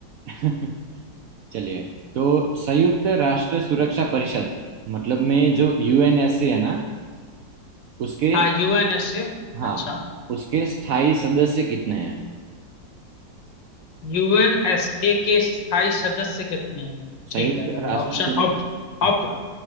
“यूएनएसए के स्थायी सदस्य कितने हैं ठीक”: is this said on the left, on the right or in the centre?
Left